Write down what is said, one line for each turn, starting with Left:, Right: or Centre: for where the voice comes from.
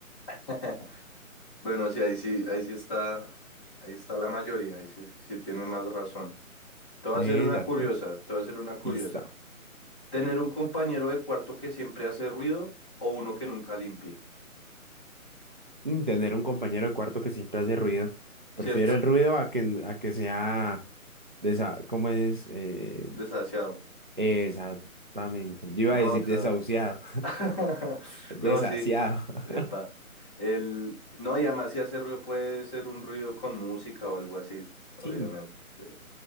Left: <laughs> Bueno, sí, ahí sí, ahí sí está, ahí está la mayoría, ahí sí, sí tiene más razón. Te voy
Right: Exacto.
Left: a hacer una curiosa, te voy a hacer una curiosa.
Right: Listo.
Left: Tener un compañero de cuarto que siempre hace ruido o uno que nunca limpie,
Right: Mm, Tener un compañero de cuarto que siempre hace ruido. Prefiero
Left: ¿cierto?
Right: el ruido
Left: <laughs>
Right: a que, a que sea... de esa, ¿cómo es? Eh,
Left: Desasiado.
Right: Exactamente. Yo
Left: No,
Right: iba a decir
Left: claro.
Right: desahuciado,
Left: <laughs>
Right: <laughs> desasiado.
Left: No, sí. Epa.
Right: <laughs>
Left: El... No, y además si hace ruido puede ser un ruido con música o algo así, obviamente.
Right: Sí,
Left: Sí.